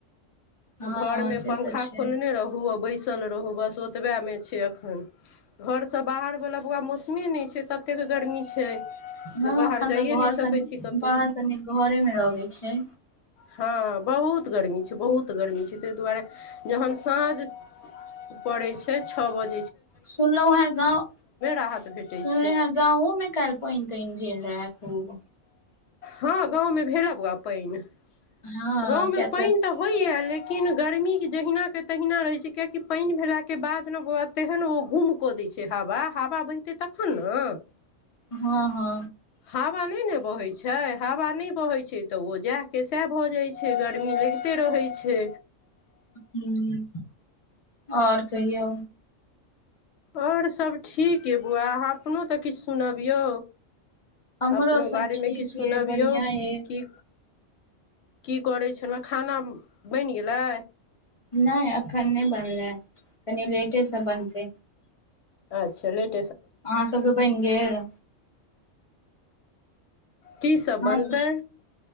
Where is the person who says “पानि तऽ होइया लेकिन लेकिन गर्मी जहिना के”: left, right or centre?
Left